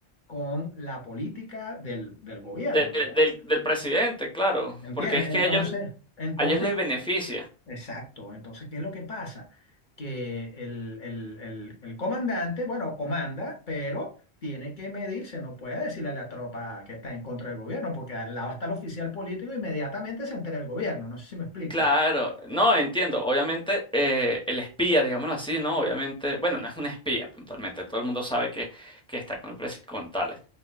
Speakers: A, on the left; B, in the centre.
A: con la política del, del gobierno,
B: de- del, del presidente, claro,
A: ¿entiende?
B: porque es
A: Entonces,
B: que a ellos,
A: entonces
B: a ellos les beneficia.
A: Exacto. Entonces, ¿qué es lo que pasa? Que el, el- el- el comandante, bueno, comanda, pero tiene que medirse, no puede decirle a la tropa que está en contra del gobierno, porque al lado está el oficial político, inmediatamente se entera el gobierno. No sé si me explico.
B: Claro, no, entiendo. Obviamente, eh, el espía, digámoslo así, ¿no? Obviamente, bueno, no es un espía puntualmente, todo el mundo sabe que, que está con, el presi- con tales.